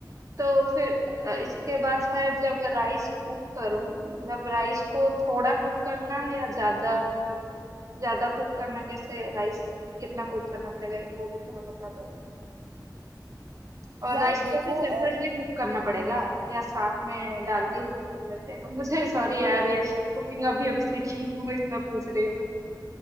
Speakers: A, on the right; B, on the right.
A: तो फिर अ, इसके बाद शायद जब राइस कुक करूँ मतलब राइस को थोड़ा कुक करना है या ज्यादा मतलब ज्यादा कुक करना कैसे राइस कितना कुक करना पड़ेगा वो भी थोड़ा बता दो और
B: यार
A: राइस
B: देखो
A: को ऐसे सेपरेटली
B: अ,
A: कुक करना पड़ेगा या साथ में डाल के ही कुक कर लेते हैं मुझे सॉरी यार ये कुकिंग अभी अभी सीखी हूँ इतना पूछ रही हूँ मैं